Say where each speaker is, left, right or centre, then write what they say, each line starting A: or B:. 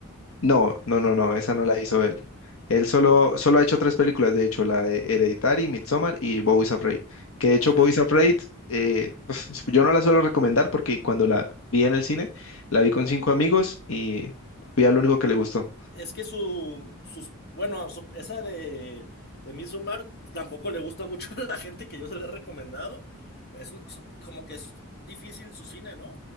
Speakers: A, on the left (about 65°); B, on the left (about 45°).
A: No, no, no, no, esa
B: ¿no?
A: no la hizo
B: Ah,
A: él. Él solo, solo ha hecho tres películas, de hecho, la de Hereditary, Midsommar y Boys Afraid. Que de hecho,
B: ah,
A: Boys Afraid, eh, uf, yo no la suelo recomendar porque cuando la vi en el cine, la vi con
B: ah.
A: cinco amigos y fui al único que le gustó.
B: Es que su, sus, bueno, su- esa de, de Midsommar tampoco le gusta mucho <laughs> a la gente que yo se la he recomendado. Es un- su- como que es difícil su cine, ¿no?